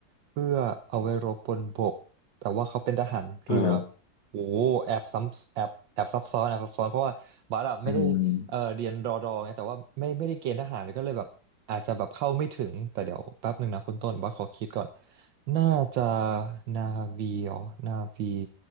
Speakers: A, on the right; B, on the left.
A: เพื่อเอาไว้รบบนบกแต่ว่าเขาเป็นทหารเรือ
B: อ่า
A: โอ้โหแอบซ้ำแอบแอบซับซ้อนแอบซับซ้อนเพราะว่าบาร์ดไม่ได้เออเรียนรอดอไงแต่ว่าไม่ไม่ได้เกณฑ์ทหารก็เลยแบบอาจจะแบบเข้าไม่ถึงแต่เดี๋ยวแป๊บหนึ่งนะคุณต้นบาร์ขอคิดก่อน
B: อืม
A: น่าจะนาวีอ๋อนาวี